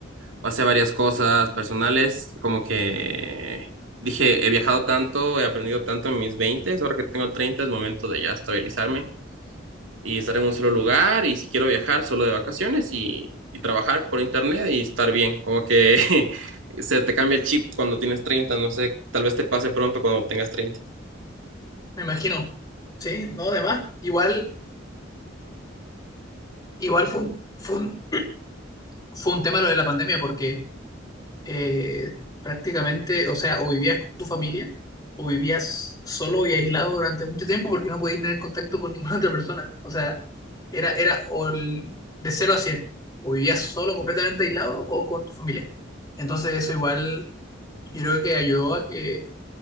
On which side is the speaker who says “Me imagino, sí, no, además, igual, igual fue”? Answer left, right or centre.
Left